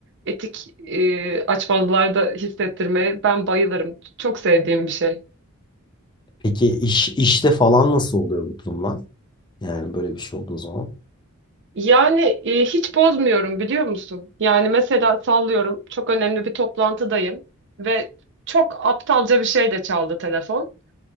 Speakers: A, on the right (about 55°); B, on the left (about 20°).
A: etik e, açmazlarda hissettirmeye ben bayılırım. Çok sevdiğim bir şey.
B: Peki iş işte falan nasıl oluyor bu durumlar? Yani böyle bir şey olduğu zaman.
A: Yani e, hiç bozmuyorum biliyor musun? Yani mesela sallıyorum çok önemli bir toplantıdayım ve çok aptalca bir şey de çaldı telefon.